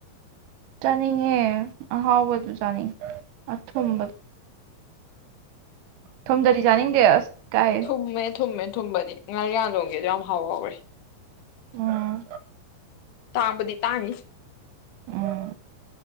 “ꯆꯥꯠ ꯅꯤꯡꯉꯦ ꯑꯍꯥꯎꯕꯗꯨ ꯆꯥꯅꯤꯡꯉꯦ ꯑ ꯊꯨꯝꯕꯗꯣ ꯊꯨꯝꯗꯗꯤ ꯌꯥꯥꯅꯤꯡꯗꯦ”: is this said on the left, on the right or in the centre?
Right